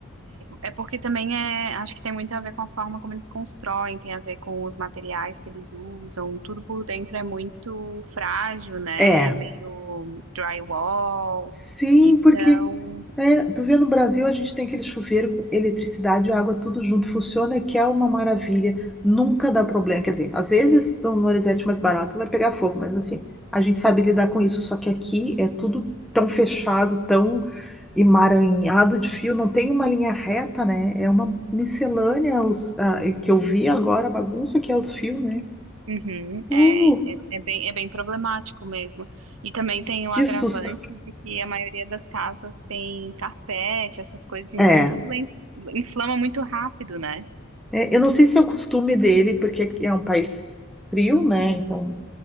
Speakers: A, on the right; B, in the centre.
A: é porque também é, acho que tem muito a ver com a forma como eles constroem, tem a ver com os materiais que eles usam, tudo por dentro é muito frágil, né?
B: É.
A: É Meio drywall.
B: Sim,
A: Então,
B: porque né, tu vê no Brasil a gente tem aquele chuveiro com eletricidade e água tudo junto, funciona, que é uma maravilha, nunca dá problema. Quer dizer, às vezes no Norizete mais barato vai pegar fogo, mas assim, a gente sabe lidar com isso, só que aqui é tudo tão fechado, tão emaranhado de fio, não tem uma linha reta, né? É uma miscelânea os, ah,
A: sim.
B: que eu vi agora, a bagunça que é os fios, né?
A: Uhum,
B: Uh,
A: é, é, é bem, é bem problemático mesmo. E também tem o
B: que
A: agravante
B: susto!
A: de que a maioria das casas tem carpete, essas coisas, então
B: é
A: tudo en- inflama muito rápido, né?
B: É, eu não sei se é o costume dele, porque aqui é um país frio, né? Então,